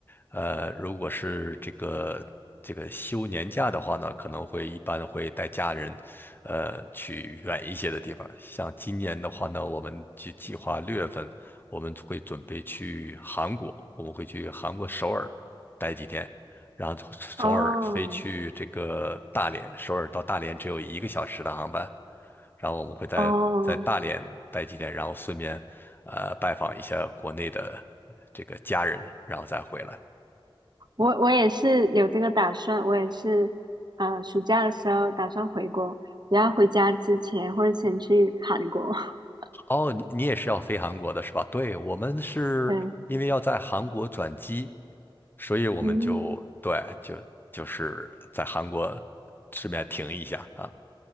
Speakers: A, on the left; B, on the right.
A: 呃，如果是这个这个休年假的话呢，可能会一般会带家人，呃，去远一些的地方。像今年的话呢，我们就计划六月份我们会准备去韩国，我们会去韩国首尔待几天，然后从首尔飞去这个大连，
B: 哦
A: 首尔到大连只有一个小时的航班，然后我们会在在大连待几天，
B: 哦，
A: 然后顺便呃拜访一下国内的这个家人，然后再回来。
B: 我我也是有这个打算，我也是，啊，暑假的时候打算回国，然后回家之前会先去韩国。<laughs>
A: 哦，你你也是要飞韩国的是吧？对，我们是因为要在韩国转机，
B: 对，
A: 所以我们就对，
B: 嗯
A: 就就是在韩国顺便停一下。啊。